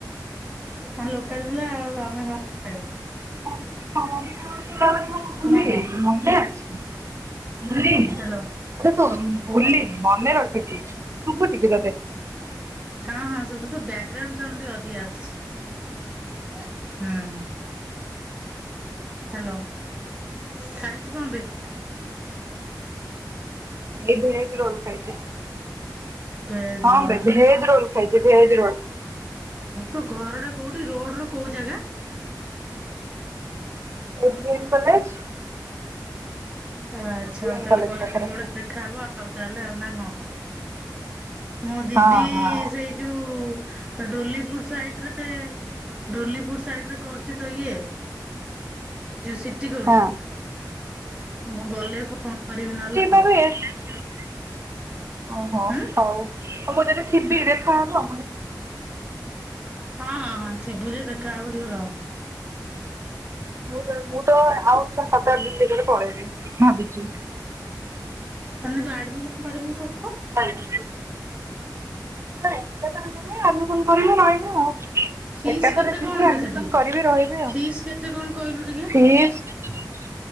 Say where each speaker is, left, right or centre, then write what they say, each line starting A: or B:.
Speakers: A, on the right; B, on the right.
A: ଆମେ ଲୋକାଲ ପିଲା ଆଉ ଆମେ କଣ ମନେରହିବ।
B: ଲୋକାଲ ପିଲା ବୋଲି କଣ ଭୁଲି
A: ନା
B: ଯାଇଛୁ
A: କଣ?
B: ମନେ ଅଛି। ଶ୍ରୀ ଏଟା
A: ହ୍ୟାଲୋ।
B: କଣ? ଭୁଲିନି ମନେ ରଖିଛି ଶୁଭୁଛି କି ତୋତେ?
A: ହଁ ହଁ ଶୁଭୁଛି ତୋ ବ୍ୟାକଗ୍ରାଉଣ୍ଡ ସାଉଣ୍ଡ ଟିକେ ଅଧିକା ଆସୁଛି ହୁଁ। ହ୍ୟାଲୋ ଖାଇଛୁ କଣ ବେ?
B: ଏ ଭେଜ୍ ରୋଲ ଖାଇଛି।
A: ଭେଜ୍
B: ହଁ
A: ରୋଲ୍
B: ବେ ଭେଜ ରୋଲ ଖାଇଛି ଭେଜ ରୋଲ।
A: ତୋ ଘର ଟା କୋଉଠି ରୋଡ଼ ର କୋଉ ଜାଗା?
B: AVM college.
A: ଆଚ୍ଛା
B: ବିଏନ୍
A: ହଉ ତାହେଲେ
B: କଲେଜ
A: ଗଲେ
B: ପାଖରେ
A: କେବେ ଗୋଟେ ଦେଖାହବ ଆଉ ତାହେଲେ ନା କଣ। ମୋ ଦିଦି
B: ହଁ ହଁ
A: ସେଇ ଯୋଉ ଡୋଲିପୁର୍ ସାଇଡ୍ ରେ ସେ ଡୋଲିପୁର ସାଇଡ଼ରେ ରେ କରୁଛି ତ ଇଏ। <unintelligible> ସେଠି କରୁଛି
B: ହଁ।
A: ମୁଁ ଗଲେ ଫୋନ କରିବି
B: <unintelligible>
A: ନହେଲେ
B: ଓହୋ
A: ଆଉ ହଁ
B: ହଉ। ମୁଁ ଯଦି ଥିବି ଦେଖାହେବ।
A: ହଁ ହ ହଁ ହଁ ଥିବୁ ଯେ ଦେଖା ହବ ଯଉ ର
B: ମୁଁ ମୁଁ ତ ଆଉ ସାତ ଆଠ ଦିନ ଭିତରେ ପଳେଇବି ଭାବିଛି।
A: ମାନେ ଯୋଉ ଆଡ଼ମିସନ୍ ଫାଡ଼ମିସନ୍
B: <unintelligible> ନାଇଁ ଏକାଥରେ ନୁହେଁ ଆଡ଼ମିସନ୍ କରିବ ରହିବ।
A: ଫିସ୍
B: ଏକାଥରେ
A: କେତେ
B: ଜିବି
A: କଣ ବେ
B: ଆଡ଼ମିସନ୍
A: ସେଠି?
B: କରିବି ରହିବି ଆଉ
A: ଫିସ୍ କେତେ କଣ କହିଲୁ ଟିକେ?
B: ଫିସ୍ <unintelligible>